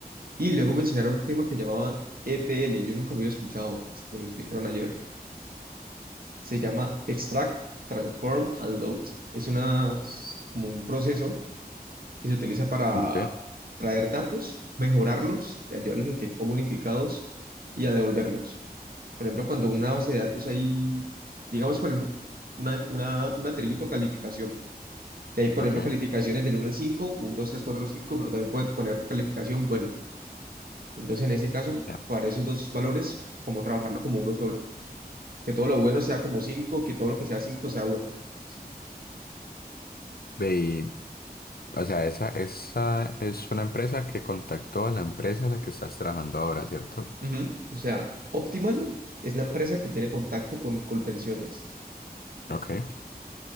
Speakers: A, on the right; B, on the left.
A: Y luego mencionaron un tema que llamaba ETL. Yo nunca lo había escuchado hasta que me lo explicaron ayer. Se llama Extract, Transform and Load. Es una, como un proceso que se utiliza para
B: Ok,
A: traer datos, mejorarlos, ayudarlos a que comunicados y a devolverlos. Por ejemplo, cuando una base de datos hay, digamos, por ejemplo, una, una- un atributo calificación. Si hay, por
B: ok,
A: ejemplo, calificaciones del uno al cinco, uno dos tres cuatro cinco, pero también puede poner calificación bueno. Entonces, en ese caso,
B: ya.
A: para esos dos valores, como trabajarlo como uno solo. Que todo lo bueno sea como 5, que todo lo que sea 5 sea bueno. Sí.
B: Ve, y, o sea, esa, esa es una empresa que contactó a la empresa a la que estás trabajando ahora, ¿cierto?
A: Ujú. O sea, Optimal es la empresa que tiene contacto con Colpensiones.
B: Ok,